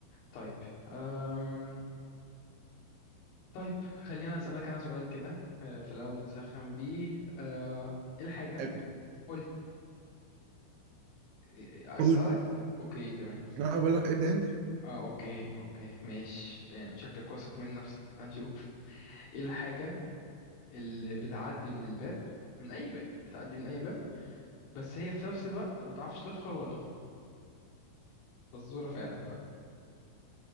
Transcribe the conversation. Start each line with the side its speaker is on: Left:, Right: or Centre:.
Left: طيب أم... طيب خلينا اسألك انا سؤال كده آه، في الاول نسخن بيه آه، ايه الحاجة
Right: ابدا
Left: قولي إيه- اسألك
Right: قول
Left: اوكي تمام
Right: انا بقول لك ابدا انت
Left: اه اوكي اوكي ماشي يعني شكلك واثق من نفسك هنشوف ايه الحاجة اللي بتعدي من الباب من اي باب بتعدي من اي باب بس هي في نفس الوقت ما تعرفش تدخل ولا تخرج فزورة فعلا بقى